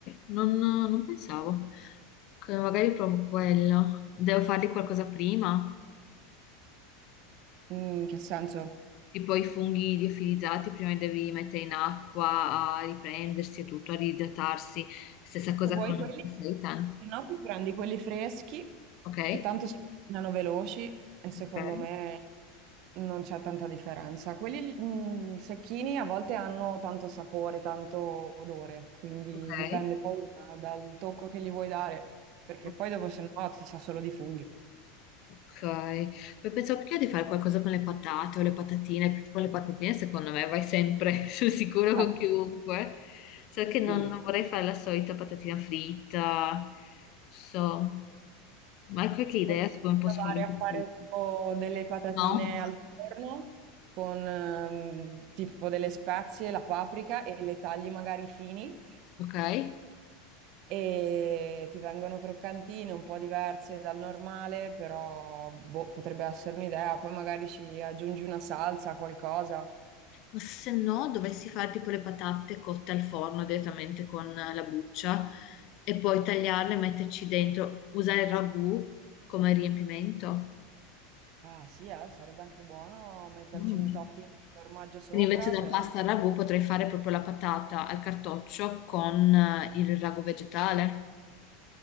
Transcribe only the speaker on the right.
In che senso?
Se vuoi
quelli,
se no ti prendi quelli freschi,
che tanto si cucinano veloci e secondo
me non c'è tanta differenza. Quelli mh, secchini a volte hanno tanto sapore, tanto odore, quindi
dipende poi da- dal tocco che gli vuoi dare, perché
poi dopo se no ti sa solo di funghi.
Ah,
sì,
Potrei
provare
a fare
tipo delle patatine
al forno con ehm, tipo delle spezie, la paprika e le tagli magari fini
e ti vengono croccantine un po' diverse dal normale, però boh, potrebbe essere un'idea. Poi magari ci aggiungi una salsa, qualcosa.
Ah sì, eh, sarebbe anche buono metterci
un topping di formaggio sopra,
però